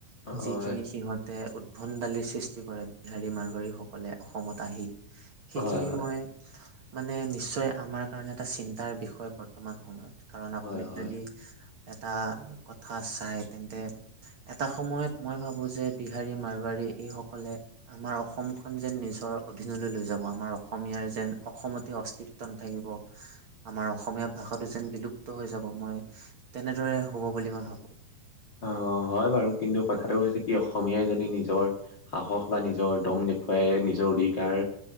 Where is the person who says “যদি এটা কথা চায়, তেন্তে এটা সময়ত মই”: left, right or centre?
Right